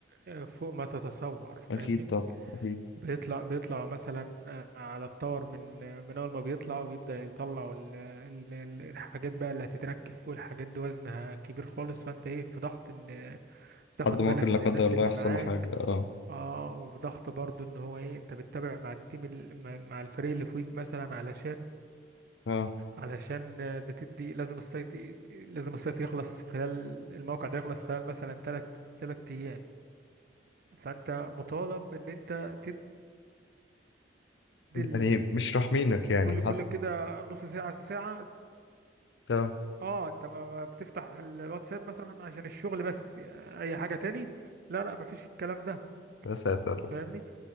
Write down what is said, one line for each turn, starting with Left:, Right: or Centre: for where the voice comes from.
Right: آه، فوق ما تتصور
Left: اكيد
Right: فاهمني
Left: طبعا اكيد
Right: بيطلع بيطلع مثلا آه، على التور من آه، من اول ما بيطلع وبيبدأ يطلعوا ال- ال- ال- الحاجات بقى اللي هتتركب فوق الحاجات دي وزنها كبير خالص فانت ايه في ضغط ان تاخد
Left: حد ممكن
Right: بالك
Left: لا
Right: من
Left: قدر
Right: الناس
Left: الله
Right: اللي
Left: يحصل
Right: معاك
Left: له حاجة اه
Right: اه وفي ضغط برضو ان هو ايه انت بتتابع مع التيم ال- مع مع الفريق اللي فوقيك مثلا علشان
Left: اه
Right: علشان آه، بتدي لازم السايت لازم السايت يخلص خلال الموقع ده يخلص خلال مثلا تلات تلات ايام فانت مطالب ان انت تدي
Left: يعني مش راحمينك يعني
Right: كل
Left: حتى
Right: كل كده نص ساعة ساعة
Left: اه
Right: اه انت ما ما بتفتح ال- الواتساب مثلا عشان الشغل بس يعني اي حاجة تاني لا لا مفيش الكلام ده
Left: يا ساتر
Right: فاهمني